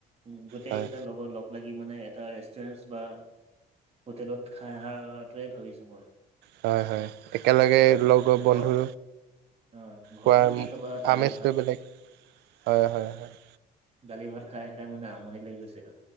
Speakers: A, on the right; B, on the right.
A: উ গোটেই
B: হয়।
A: কেইটা লগৰ লগ লাগি। মানে এটা ৰেষ্টুৰেন্ বা হোটেলত খাই অহা টোহে ভাবিছো ময়ো
B: হয় হয় একেলগে লগৰ
A: ঘৰত
B: বন্ধু
A: অ' ঘৰতনো
B: খোৱাৰ
A: কি খাবা দালি
B: আমেজটো
A: ভাত
B: বেলেগ হয় হয় হয়।
A: ডালি ভাত খাই খাই মানে আমনি লৈ গৈছে।